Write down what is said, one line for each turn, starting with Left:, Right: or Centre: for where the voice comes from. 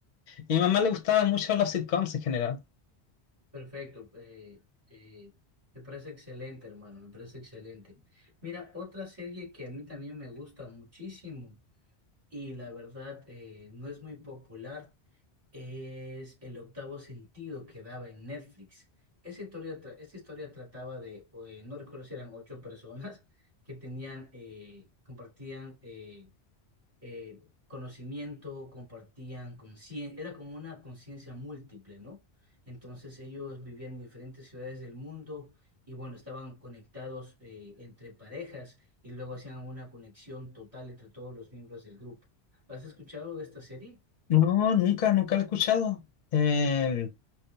Left: y a mi mamá le gustaban mucho los sitcoms en general.
Right: perfecto. eh, eh, me parece excelente, hermano, me parece excelente. Mira, otra serie que a mí también me gusta muchísimo y la verdad eh, no es muy popular es El octavo sentido que daba en Netflix. Esa historia, tra- esa historia trataba de, eh, no recuerdo si eran ocho personas que tenían, eh, compartían... eh, eh, conocimiento, compartían conciencia, era como una conciencia múltiple, ¿no? Entonces ellos vivían en diferentes ciudades del mundo y bueno, estaban conectados eh, entre parejas y luego hacían una conexión total entre todos los miembros del grupo. ¿Has escuchado de esta serie?
Left: No, nunca, nunca lo he escuchado. Eh,